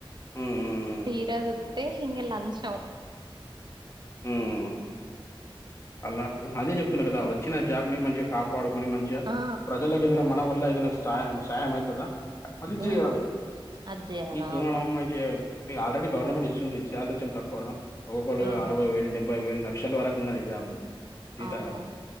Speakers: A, on the left; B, on the right.
A: ఉమ్ ఉమ్
B: తీరా జుత్తె ఇంగా లంచం
A: ఉమ్ అలా అదే చెప్తున్నా కదా వచ్చిన జాబ్ ని మంచిగా కాపాడుకొని మంచిగా
B: ఆ
A: ప్రజలకి ఏదైనా మన వల్ల ఏదైన సాయం సాయం అయితదా అది చేయాలి
B: ఉమ్ అది చేయాల
A: ఈ తినడం
B: అవును
A: మై మీకు ఆల్రెడీ గవర్నమెంట్ ఇస్తుంది సాలరీస్ ఏమైనా తక్కువనా ఒక్కొక్కరు
B: ఆ
A: అరవై వేలు డెబ్బై వేలు ల లక్షల వరకు ఉన్నది జాబ్ జీతగాళ్
B: అవును